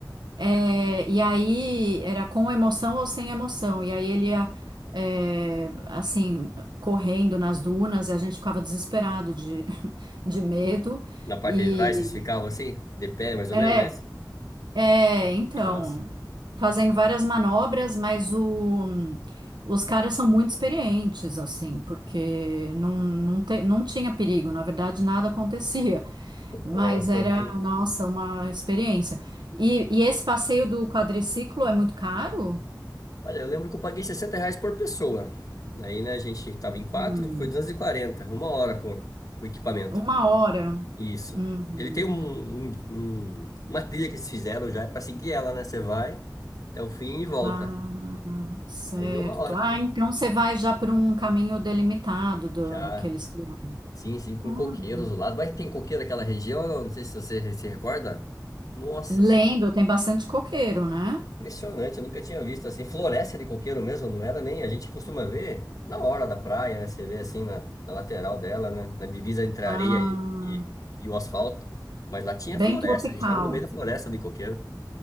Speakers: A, on the right; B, on the left.
A: É, e aí era com emoção ou sem emoção. E aí ele ia, é, assim, correndo nas dunas e a gente ficava desesperado de, <laughs> de medo.
B: Na parte
A: E,
B: de trás, vocês ficavam assim, de pé, mais ou
A: é,
B: menos, é isso?
A: é, então,
B: Que massa.
A: fazendo várias manobras, mas o, os caras são muito experientes, assim, porque não, não, te- não tinha perigo, na verdade nada acontecia, mas
B: Falou, vai ficando
A: era,
B: aqui.
A: nossa, uma experiência. E, e esse passeio do quadriciclo é muito caro?
B: Olha, eu lembro que eu paguei 60 reais por pessoa. Aí, né, a gente tava em quatro,
A: Hum,
B: foi 240, uma hora com o equipamento.
A: uma hora.
B: Isso.
A: Uhum.
B: Ele tem um, um- um- uma trilha que eles fizeram já, é pra seguir ela, né? Você vai até o fim e volta.
A: Ah, certo.
B: Aí deu uma hora.
A: Ah, então você vai já por um caminho delimitado do,
B: Já
A: que eles criaram.
B: Sim, sim, com
A: Olha.
B: coqueiros do lado. Mas tem coqueiro naquela região, não? Não sei se você se recorda. Nossa
A: Lembro,
B: senhora,
A: tem bastante coqueiro, né?
B: impressionante, eu nunca tinha visto assim. Floresta de coqueiro mesmo, não era nem. A gente costuma ver na hora da praia, né? Você vê assim na, na lateral dela, né? Na divisa entre
A: Ah,
B: a areia e, e, e o asfalto. Mas lá tinha
A: bem
B: floresta,
A: tropical.
B: a gente tava no meio da floresta de coqueiro.